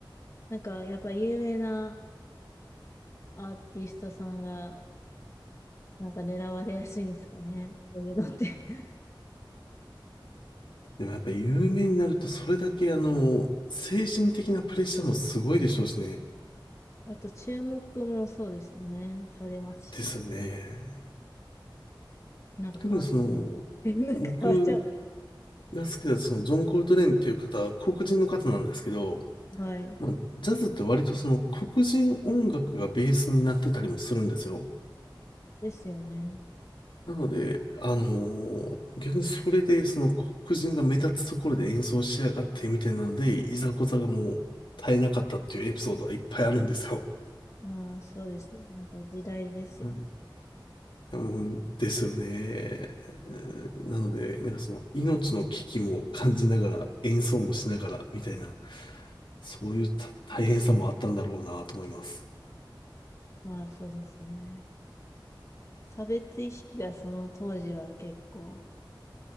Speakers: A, on the left; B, on the left.
A: なんか、やっぱ有名なアーティストさんがなんか狙われやすいんですかね。そういうのって <laughs>
B: でもやっぱ有名になると、それだけ、あの精神的なプレッシャーもすごいでしょうしね。
A: あと、注目もそうですよね。されますし。
B: ですよね。
A: なんか変わっちゃうんです
B: 特にその、
A: <laughs> なんか変わっちゃうんで
B: 僕が好きだ、その、ジョン・コルトレーンっていう方は黒人の方なんですけど、
A: す。はい。
B: まあ、ジャズって割とその黒人音楽がベースになってたりもするんですよ。
A: ですよね。
B: なので、あのー逆にそれでその黒人が目立つところで演奏しやがってみたいなので、いざこざがもう絶えなかったっていうエピソードはいっぱいあるんですよ。
A: まあ、そうです。なんか時代ですよね。
B: うんうんですよね。うんなので、なんかその命の危機も感じながら演奏もしながらみたいな、そういうた大変さもあったんだろうなと思います。
A: まあ、そうですね。差別意識がその当時は結構